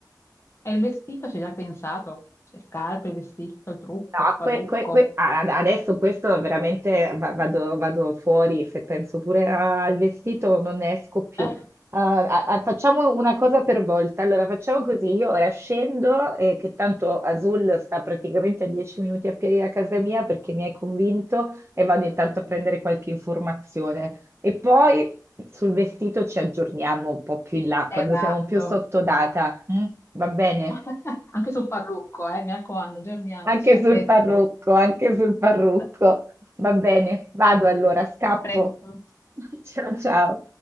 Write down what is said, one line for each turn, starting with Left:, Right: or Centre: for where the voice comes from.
Left: E il vestito ci hai già pensato? Le scarpe, il vestito, il trucco,
Right: No,
Left: il parrucco.
Right: que- que- que- a- ad- adesso questo veramente va- vado, vado fuori, se penso pure a- al vestito non ne esco più.
Left: Eh,
Right: Ah, a- a- facciamo una cosa per volta, allora facciamo così, io ora scendo, eh, che tanto Azul sta praticamente a 10 minuti a piedi da casa mia perché mi hai convinto e vado intanto a prendere qualche informazione. E poi sul vestito ci aggiorniamo un po' più in là, quando
Left: Esatto.
Right: siamo più sotto data, mm? Va bene?
Left: <laughs> Anche sul parrucco, eh, mi raccomando, aggiorniamoci.
Right: Anche
Left: A
Right: sul
Left: presto.
Right: parrucco, anche sul parrucco.
Left: <laughs>
Right: Va bene, vado allora, scappo.
Left: A presto.
Right: <laughs> Ciao ciao.